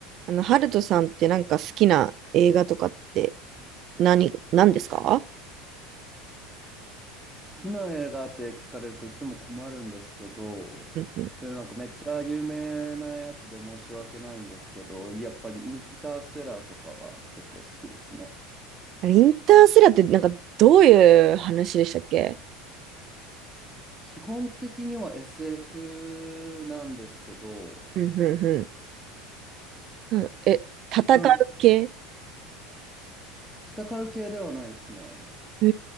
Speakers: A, on the right; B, in the centre.
A: あの、ハルトさんってなんか好きな映画とかって何、何ですか
B: 好きな映画って聞かれるといつも困るんですけど、
A: うんうん。
B: で、なんかめっちゃ有名なやつで申し訳ないんですけど、やっぱりインターステラーとかは結構好きですね。
A: あれ、インターステラーってなんかどういう話でしたっけ
B: 基本的には SF なんですけど、
A: うんうんうん。うん、え、戦う系
B: なん戦う系ではないですね。
A: へ